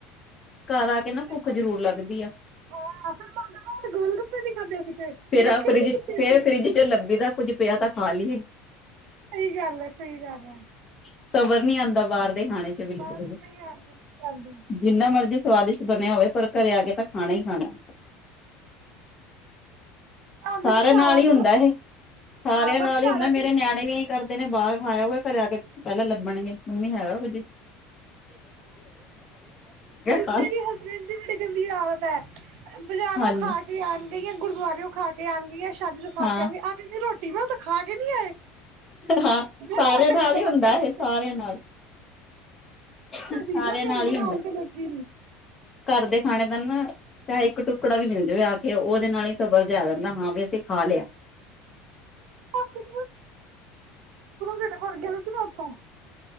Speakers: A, on the left; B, on the right.
A: ਘਰ ਆ ਕੇ ਨਾ
B: ਹੈ
A: ਭੁੱਖ ਜ਼ਰੂਰ ਲੱਗਦੀ ਆ
B: ਹਾਂ ਫਿਰ ਤੁਹਾਡੇ ਕੋਲ ਗੋਲਗੱਪੇ ਵੀ ਖਾਧੇ ਸੀ ਤੇ
A: ਫੇਰ
B: ਦੇਖੇ
A: ਆ ਫਰਿਜ
B: ਹੀ ਨੀ
A: ਚ
B: ਕਿੱਥੇ ਸੀ
A: ਫਰਿੱਜ ਚ ਲੱਭੀ ਦਾ ਕੁੱਝ ਪਿਆ ਤਾਂ ਖਾ ਲਈਏ
B: ਸਹੀ ਗੱਲ ਹੈ, ਸਹੀ ਗੱਲ ਹੈ।
A: ਸਬਰ ਨਹੀਂ ਆਉਂਦਾ ਬਾਹਰ ਖਾਣੇ ਚ ਬਿਲਕੁਲ
B: ਬਸ ਨਹੀਂ ਆਉਂਦੇ ਨਹੀਂ ਆਉਂਦੇ
A: ਜਿੰਨਾ ਮਰਜੀ- ਸਵਾਦਿਸ਼ਟ ਬਣਿਆ ਹੋਵੇ ਪਰ ਘਰੇ ਆ ਕੇ ਤਾਂ ਖਾਣਾ ਹੀ ਖਾਣਾ।
B: ਹਾਂ
A: ਸਾਰਿਆਂ
B: ਘਰ
A: ਨਾਲ
B: ਆ
A: ਹੀ ਹੁੰਦਾ
B: ਕੇ
A: ਇਹ ਸਾਰਿਆਂ
B: ਹਾਂ ਬਸ
A: ਨਾਲ ਹੀ
B: ਘਰ
A: ਹੁੰਦਾ
B: ਆ ਕੇ
A: ਮੇਰੇ ਨਿਆਣੇ ਵੀ ਇਹੀ ਕਰਦੇ ਨੇ ਬਾਹਰ ਖਾਇਆ ਹੋਆ ਘਰੇ ਆ ਕੇ ਪਹਿਲਾਂ ਲੱਭਣਗੇ ਮੰਮੀ ਹੈਗਾ ਕੁਝ। ਖਾ
B: ਮੇਰੀ ਹਸਬੈਂਡ ਦੀ ਬੜੀ ਗੰਦੀ ਆਦਤ ਹੈ ਬਜ਼ਾਰੋਂ
A: ਹਾਂਜੀ
B: ਖਾ ਕੇ ਆਉਣਦੇ ਜਾਂ ਗੁਰਦਆਰੇਓ ਖਾ ਕੇ ਆਉਣਦੇ ਸ਼ਾਦੀ ਤੋਂ ਖਾ
A: ਹਾਂ
B: ਕੇ ਆਵਾਂਗੇ ਅਜ ਅਸੀਂ ਰੋਟੀ ਸੀਮਾ ਉਠੋ ਖਾ ਕੇ ਨਹੀਂ ਆਏ
A: ਹਾਂ
B: ਮੈਂ
A: ਸਾਰਿਆਂ
B: ਤਾਂ
A: ਨਾਲ
B: ਖਾ
A: ਹੀ ਹੁੰਦਾ
B: ਕੇ ਆਏ
A: ਇਹ ਸਾਰਿਆਂ ਨਾਲ। ਸਾਰਿਆਂ
B: ਦੀ ਨਾ
A: ਨਾਲ
B: ਭੈਣ ਬਣਾਉਣ
A: ਹੀ ਹੁੰਦਾ
B: ਤੇ ਲੱਗੀ ਨ <unintelligible>
A: ਘਰ ਦੇ ਖਾਣੇ ਦਾ ਨਾ ਚਾਹ ਇੱਕ ਟੁਕੜਾ ਵੀ ਮਿਲ ਜਾਵੇ ਆ ਕੇ ਉਹਦੇ ਨਾਲ ਹੀ ਸਬਰ ਜ ਆ ਜਾਂਦਾ ਹਾਂ ਵੀ ਅਸੀਂ ਖਾ
B: <unintelligible> <unintelligible>
A: ਲਿਆ
B: ਪੂਰਾ ਢਿੱਡ ਭਰ ਕੇ ਖਾਣਾ ਸੀ ਨਾ ਉਥੋਂ